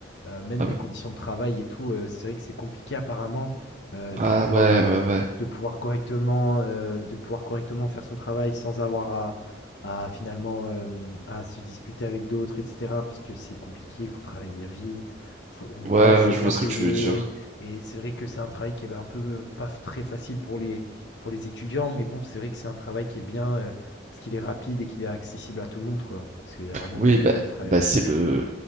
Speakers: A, on the left (about 75°); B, on the right (about 40°).
A: heu, même
B: Ah
A: les
B: oui.
A: conditions de travail et tout, heu, c'est vrai que c'est compliqué apparemment, heu,
B: Ah
A: de pouvoir,
B: ouais,
A: heu,
B: ouais, ouais.
A: de pouvoir correctement, heu, de pouvoir correctement faire son travail sans avoir à finalement hem, à se disputer avec d'autres et cetera, parce que c'est compliqué, il faut travailler vite, faut on n'est
B: Ouais,
A: pas assez
B: je
A: bien
B: vois ce
A: payé
B: que tu veux dire.
A: et c'est vrai que c'est un travail qui est un peu pas f très facile pour les pour les étudiants, mais bon, c'est vrai que c'est un travail qui est bien, heu, parce qu'il est rapide et qu'il est accessible à tout le monde, quoi. Parce qu'il y a vraiment
B: Oui,
A: beaucoup
B: bah,
A: de gens qui travaillent
B: bah,
A: à McDonald's.
B: c'est le,